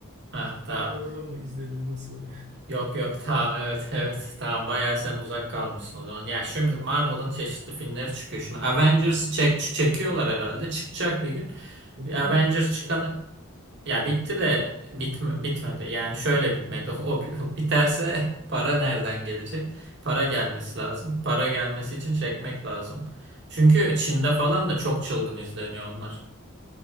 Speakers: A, on the right; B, on the right.
A: Ha
B: ikisini
A: tamam.
B: bir arada mı izledin nasıl?
A: Yok yok tamam evet <laughs> evet tamam bayağı sen uzak kalmışsın o zaman. Ya şimdi Marvel'ın çeşitli filmleri çıkıyor. Şimdi Avengers'ı çek çekiyorlar herhalde. Çıkacak bir gün.
B: <laughs> O bitmemiş
A: Avengers
B: miydi
A: çıkana
B: ya?
A: Ya bitti de bitme, bitmedi. Yani şöyle bitmedi. O bi- <laughs> biterse para nereden gelecek? Para gelmesi lazım. Para gelmesi için çekmek lazım. Çünkü Çin'de falan da çok çılgın izleniyor onlar.